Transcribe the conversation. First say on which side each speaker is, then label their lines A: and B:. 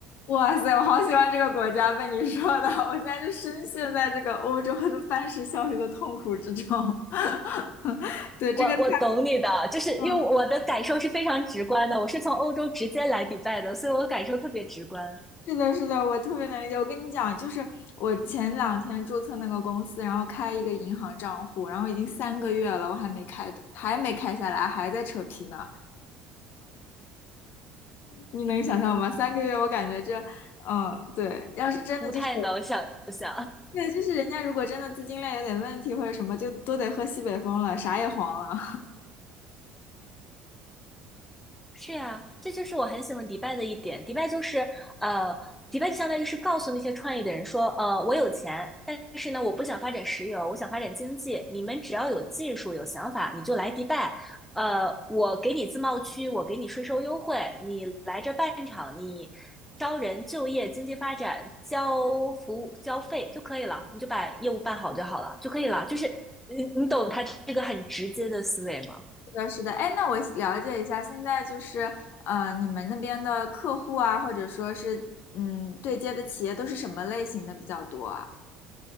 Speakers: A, on the left; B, in the centre.
A: 哇塞，我好喜欢这个国家，被你说的，我现在就深陷在这个欧洲的办事效率的痛苦之中。<laughs> 对，这个太，
B: 我我懂你的，就是因为我的感受是非常直观的，
A: 嗯，
B: 我是从欧洲直接来迪拜的，所以我感受特别直观，
A: 是的，是的，我特别能理解。我跟你讲，就是我前两天注册那个公司，然后开一个银行账户，然后已经三个月了，我还没开，还没开下来，还在扯皮呢。你能想象吗？三个月，我感觉这，嗯，对，要是真的就是，
B: 不太能想象。
A: 对，就是人家如果真的资金链有点问题或者什么，就都得喝西北风了，啥也黄了。
B: 是呀，这就是我很喜欢迪拜的一点。迪拜就是，呃，迪拜就相当于是告诉那些创业的人说，呃，我有钱，但是呢，我不想发展石油，我想发展经济。你们只要有技术、有想法，你就来迪拜。呃，我给你自贸区，我给你税收优惠，你来这办厂，你招人、就业、经济发展、交服务、交费就可以了，你就把业务办好就好了，就可以了。就是你，你懂他这个很直接的思维吗？
A: 是的，是的，哎，那我了解一下，现在就是，呃，你们那边的客户啊，或者说是，嗯，对接的企业都是什么类型的比较多啊？